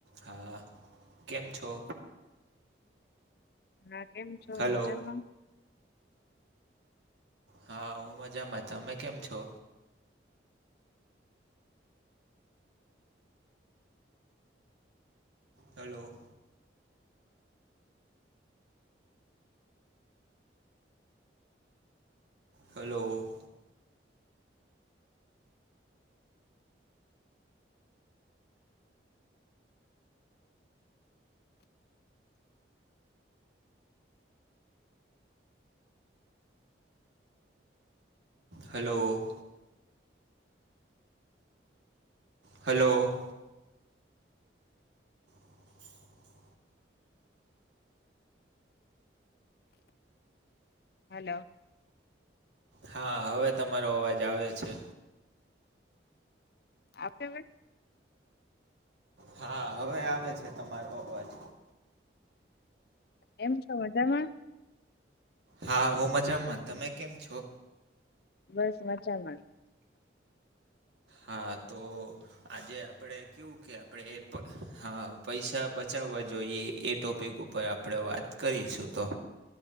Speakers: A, on the right; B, on the left.
A: હા કેમ છો?
B: ના કેમ છો
A: હલો
B: મજામાં.
A: હા હું મજામાં તમે કેમ છો? Hello. Hello. Hello. Hello. <inaudible>
B: Hello.
A: હા હવે તમારો અવાજ આવે છે.
B: આપણે હવે
A: હા હવે આવે છે તમારો અવાજ.
B: કેમ છો મજામાં?
A: હા હું મજામાં તમે કેમ છો?
B: બસ મજામાં.
A: હા તો આજે આપણેે કેવું કે આપણેે હા પૈસા બચાવવા જોઈએ એ ટોપિક ઉપ પર આપણે વાત કરીશું તો